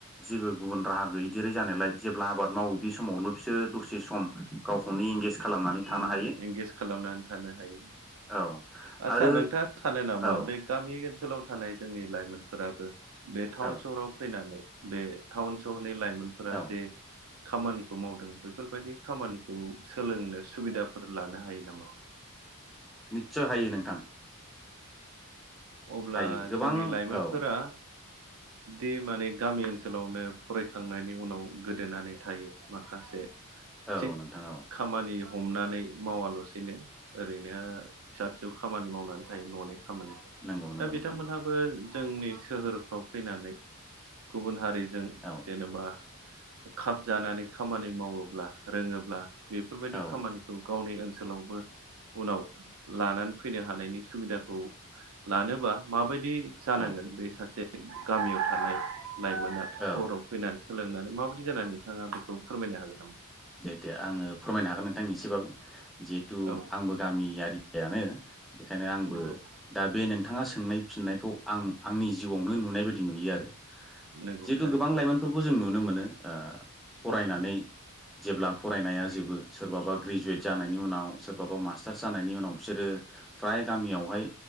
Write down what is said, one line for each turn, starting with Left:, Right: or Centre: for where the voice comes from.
Centre: जेबो गुबुन राहा गैदेरै जानायलाय जेब्ला आबाद मावो बे समावल' बिसोर दसे सम गावखौनो इंगेज खालामनानै
Right: एंगेज
Centre: थानो हायो
Right: खालामनानै थानो हायो
Centre: औ
Right: आदसा
Centre: आरो
Right: नोंथाङा थानो नामा
Centre: औ
Right: बे गामि ओनसो ओनोलाव थानाय जोंनि लाइमोनफोराबो बे टाउन
Centre: औ
Right: सहराव फैनानै बे टाउन सहरनि लाइमोनफोरा
Centre: औ
Right: जे खामानिखौ मावदों बेफोरबायदि खामानिखौ सोलोंनो सुबिदाफोर लानो हायो नामा
Centre: निस' हायो नोंथां
Right: अब्ला
Centre: हायो गोबां
Right: जोंनि लाइमोनफोरा
Centre: औ
Right: दि माने गामि ओनसोलावनो फरायखांनायनि उनाव गोदोनानै थायो माखासे
Centre: औ
Right: थिग
Centre: नोंथां औ
Right: खामानि हमनानै मावाल'सैनो ओरैनो फिसा फिसौ खामानि मावनानै थायो न'नि खामानि
Centre: नंगौ
Right: दा
Centre: नंगौ
Right: बिथांमोनहाबो
Centre: नोंथां
Right: जोंनि सोहोरफ्राव फैनानै गुबुन हारिजों जों
Centre: औ
Right: जेनेबा खाब जानानै खामानि मावोब्ला रोङोब्ला बेफोरबायदि
Centre: औ
Right: खामानिखौ गावनि ओनसोलावबो उनाव लानानै फैनो हानायनि सुबिदाखौ लानोबा माबायदि जानांगोन
Centre: औ
Right: बे सासे गामियाव थानाय लाइमोना
Centre: औ
Right: सहराव फैनानै सोलोंनानै माबायदि जानानै नोंथाङा बेखौ फोरमायनो हागोन नामा?
Centre: दे दे आङो फोरमायनो हागोन नोंथांनि एसेबाबो जिहेथु
Right: औ
Centre: आंबो गामियारिानो बेखायनो आंबो
Right: नंगौ
Centre: दा बे न नोंथाङा सोंनाय फिननायखौ आं आंनि जिउआवनो नुनाय बायदि नुयो आरो
Right: नंगौ
Centre: जिहेतु
Right: थारैनो
Centre: गोबां लाइमोनफोरखौ जों नुनो मोनो ओ फरायनानै जेब्ला फरायनाया जोबो सोरबाबा ग्रेजुवेट जानायनि उनाव सोरबाबा मास्टार्स जानायनि उनाव बिसोरो ओ फ्राय गामियावहाय